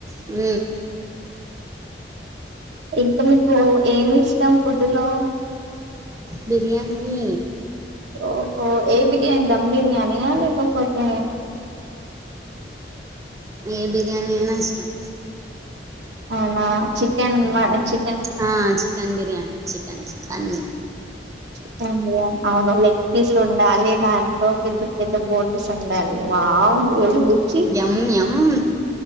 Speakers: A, on the right; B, on the right.
A: ఉ
B: ఇంకా మీకు ఏమి స్ ం ఫుడ్లో
A: బిర్యానీ
B: ఓహో ఏ బిరియాని దమ్ బిర్యానీ అ లేకపోతే
A: ఏ బిర్యానీ అయినా ఇష్టం
B: అవునా చికెన్ మ చి
A: హా chicken biryani chicken chicken
B: chicken biryani అవును లెగ్ పీస్లు ఉండాలి దాన్ పెద్ద పెద్ద బోట్స్ ఉండాలి వావ్ ఇది బుక్ చెయ్
A: ఎమ్ ఎమ్